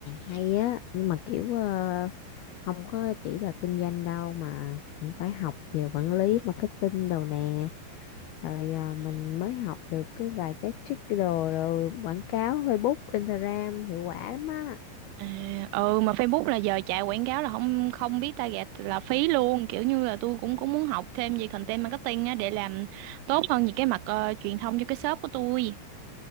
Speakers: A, on the left; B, on the right.
A: hay á nhưng mà kiểu ờ, không có chỉ là kinh doanh đâu mà cũng phải học về quản lý marketing đồ nè rồi à, mình mới học được cái vài cái trick đồ rồi quảng cáo Facebook Instagram hiệu quả lắm á
B: À, ừ mà Facebook là giờ chạy quảng cáo là không không biết target là phí luôn kiểu như là tôi cũng cũng muốn học thêm về content marketing á để làm tốt hơn những cái mặt ờ, truyền thông cho cái shop của tôi